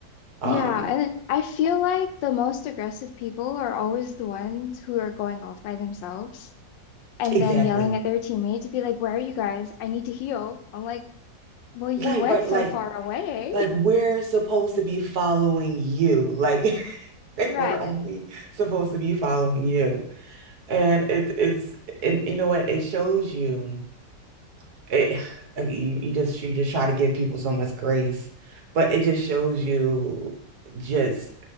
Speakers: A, on the right; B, on the left.
A: Um,
B: Yeah, and I feel like the most aggressive people are always the ones who are going off by themselves and
A: exactly.
B: then yelling at their teammate to be like, "Where are you guys? I need to heal." I'm like, "Well, you
A: Like
B: went
A: right,
B: so
A: like
B: far away."
A: like we're
B: <laughs>
A: supposed to be following you. Like <laughs> <laughs> Like
B: Right.
A: we're only supposed to be following you. And it it's and you know what? It shows you it <sighs> like, you, you just you just try to give people so much grace, but it just shows you just